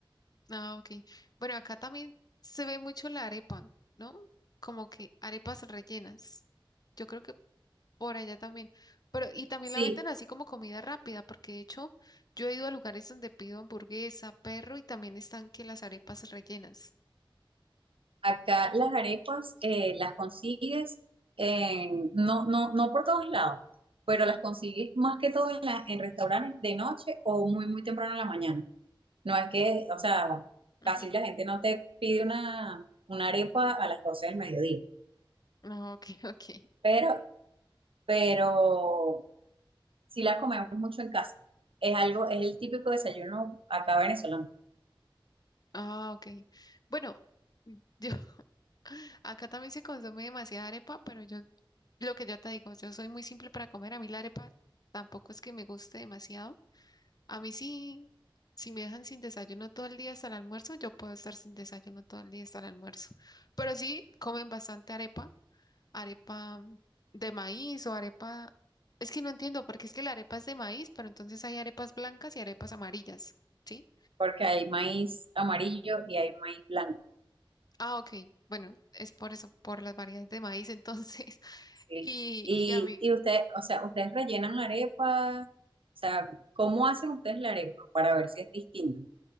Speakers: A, on the left (about 45°); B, on the right (about 75°).
A: Ah, ok. Bueno, acá también se ve mucho la arepa, ¿no? Como que arepas rellenas. Yo creo que por allá también. Pero, y también
B: Sí,
A: la venden así como comida rápida, porque de hecho yo he ido a lugares donde pido hamburguesa, perro, y también están que las arepas rellenas.
B: acá las arepas eh, las consigues, en- no, no, no por todos lados, pero las consigues más que todo en, la- en restaurantes de noche o muy, muy temprano en la mañana. No es que, o sea,
A: Ujú.
B: casi la gente no te pide una, una arepa a las 12 del mediodía,
A: Ah, ok, <laughs> ok.
B: pero, pero sí la comemos mucho en casa. Es algo, es el típico desayuno acá venezolano,
A: Ah, ok. Bueno, yo <laughs> acá también se consume demasiada arepa, pero yo Lo que yo te digo, yo soy muy simple para comer. A mí la arepa tampoco es que me guste demasiado. A mí sí, si me dejan sin desayuno todo el día hasta el almuerzo, yo puedo estar sin desayuno todo el día hasta el almuerzo. Pero sí comen bastante arepa, arepa de maíz o arepa... Es que no entiendo, porque es que la arepa es de maíz, pero entonces hay arepas blancas y arepas amarillas, ¿sí?
B: porque hay maíz amarillo y hay maíz blanco.
A: Ah, ok. Bueno, es por eso, por las variedades de maíz entonces. <laughs>
B: ¿sí?
A: Y,
B: Y,
A: y a mí...
B: y ustedes, o sea, ustedes rellenan la arepa, o sea, ¿cómo hacen ustedes la arepa para ver si es distinto?